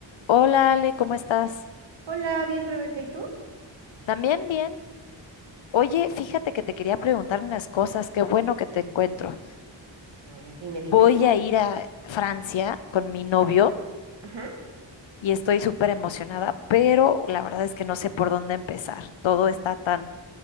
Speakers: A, on the left (about 80°); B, on the right (about 70°).
A: Hola Ale, ¿cómo estás?
B: Hola, bien Rebeca, ¿y tú?
A: ¿También bien? Oye, fíjate que te quería preguntar unas cosas, qué bueno que te encuentro.
B: A ver, dime, dime.
A: Voy a ir a Francia con mi novio
B: Ajá.
A: y estoy súper emocionada, pero la verdad es que no sé por dónde empezar. Todo está tan,